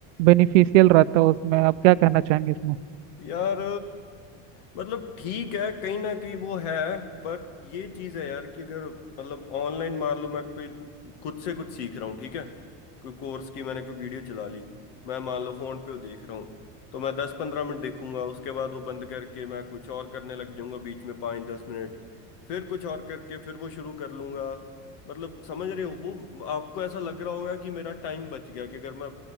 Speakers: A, on the right; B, on the left.
A: बेनिफिशियल रहता है उसमें आप क्या कहना चाहेंगे इसमें
B: यार मतलब ठीक है कहीं ना कहीं वो है पर ये चीज है यार कि अगर मतलब ऑनलाइन मान लो मैं कोई खुद से कुछ सीख रहा हूँ ठीक है कोई कोर्स की मैंने कोई वीडियो चला ली मैं मान लो फोन पे वो देख रहा हूँ तो मैं दस पंद्रह मिनट देखूंगा उसके बाद वो बंद करके मैं कुछ और करने लग जाऊंगा बीच में पाँच दस मिनट फिर कुछ और करके फिर वो शुरू कर लूंगा मतलब समझ रहे हो वो आपको ऐसा लग रहा होगा कि मेरा टाइम बच गया कि अगर मैं